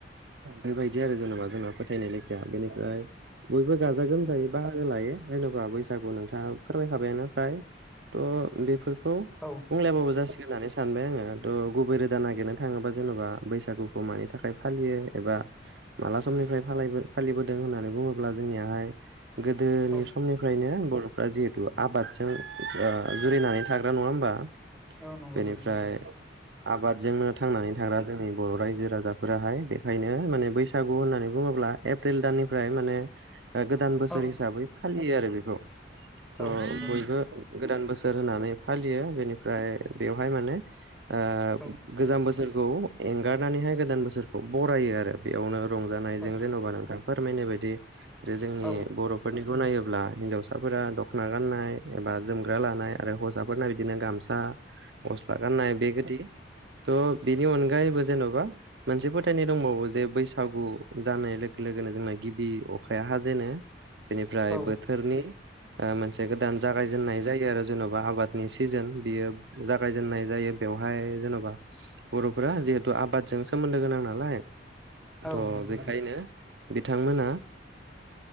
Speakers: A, on the right; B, in the centre.
A: बेबायदि आरो जेनेबा जोंना फोथायनाय लेखाया बेनिफ्राय बयबो गाजा गोमजायै बाहागो लायो जेन'बा बैसागु नोंथाङा फोरमायखाबायानो फ्राय थ' बेफोर खौ
B: औ
A: बुंलायाबाबो जासिगोन होननानै सानबाय आङो थह गुबै रोदा नागिरनो थाङोबा जेन'बा बैसागुखौ मानि थाखाय फालियो एबा माला समनिफ्राय फालिबोदों होननानै बुङोब्ला जोंनियाहाय गोदोनि
B: औ
A: समनिफ्रायनो बर'फ्रा जिहेथु आबादजों जुरिनानै थाग्रा नङा होमबा
B: औ नंगौ
A: बेनिफ्राय
B: नंगौ नोंथां
A: आबादजोंनो थांनानै थाग्रा जोंनि बर' रायजो राजाफोराहाय बेखायनो माने बैसागु होननानै बुङोब्ला एप्रिल दाननिफ्राय माने गोदान बोसोर
B: औ
A: हिसाबै फालियो आरो बेखौ थ
B: औ नंगौ
A: बयबो
B: नोंथां
A: गोदान बोसोर सोर होननानै फालियो बेनिफ्राय बेवहाय माने ओ
B: औ
A: गोजाम बोस बोसोरखौ एंगारनानैहाय गोदान बोसोरखौ बरायो आरो बेयावनो रंजानायजों
B: औ
A: जेन'बा नोंथां फोरमायनाय बायदि जे जोंनि
B: औ
A: बर' फोरनिखौ नायोब ब्ला हिन्जावसाफोरा दख'ना गाननाय एबा जोमग्रा लानाय आरो हौवसाफोरना बिदिनो गामसा गस्ला गाननाय बेगोदि थ' बेनि अनगायैबो जेन'बा मोनसे फोथायनाय दंबावो जे बैसागु जानाय लोगो लो गोनो जोंना गिबि अ अखाया हाजेनो बेनिफ्राय
B: औ
A: बोथोरनि मोनसे गोदान जागायजेननाय जायो आरो जेन'बा आबादनि सिजोन बियो जागायजेननाय जायो बेवहाय जेन'बा बर'फोरा जिहेथु आबादजों सोमोन्दो गोनां नालाय
B: औ
A: थ'
B: औ नंगौ
A: बेखायनो
B: नोंथां
A: बिथांमोना